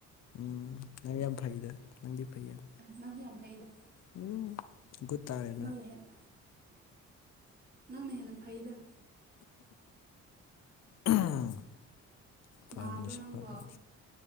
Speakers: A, on the left; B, on the right.
A: ꯎꯝ ꯅꯪ ꯌꯥꯝ ꯐꯩꯗ ꯅꯪꯗꯤ ꯐꯩ ꯌꯥꯝ
B: ꯅꯪꯒ ꯌꯥꯝ ꯐꯩꯗ
A: ꯎꯝ ꯠꯇꯥꯔꯦꯅ
B: ꯅꯪꯅ ꯍꯦꯟꯅ ꯅꯪꯅ ꯍꯦꯟꯅ ꯐꯩꯗ
A: ꯎꯝ ꯄꯜꯅꯤ
B: ꯅꯥꯕ꯭ꯔꯥ ꯅꯪꯕꯣ
A: ꯄꯅꯤ
B: ꯑꯣ